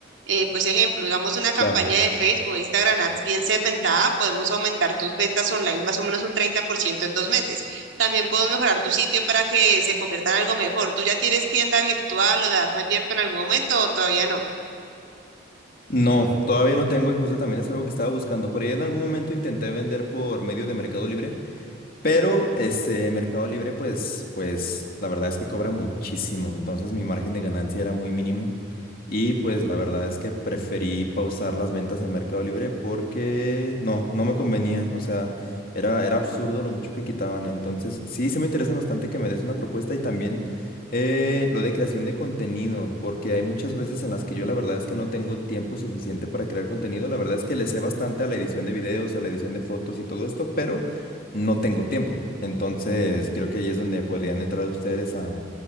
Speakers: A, on the right; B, on the left.
A: eh, pues ejemplo, digamos una campaña
B: Claro.
A: de Facebook o Instagram Ads bien segmentada, podemos aumentar tus ventas online más o menos un 30% en dos meses. También puedo mejorar tu sitio para que se convierta en algo mejor. ¿Tú ya tienes tienda virtual o la has abierto en algún momento o todavía no?
B: No, todavía no tengo y justo también es algo que estaba buscando. Por ahí en algún momento intenté vender por medio de Mercado Libre Pero este Mercado Libre, pues, pues la verdad es que cobra muchísimo. Entonces mi margen de ganancia era muy mínimo. Y pues la verdad es que preferí pausar las ventas en Mercado Libre porque no, no me convenía. O sea, era, era absurdo lo mucho que quitaban. Entonces, sí, se me interesa bastante que me des una propuesta y también eh, lo de creación de contenido, porque hay muchas veces en las que yo la verdad es que no tengo tiempo suficiente para crear contenido. La verdad es que le sé bastante a la edición de videos, a la edición de fotos y todo esto, pero no tengo tiempo. Entonces, creo que ahí es donde podrían entrar ustedes a, a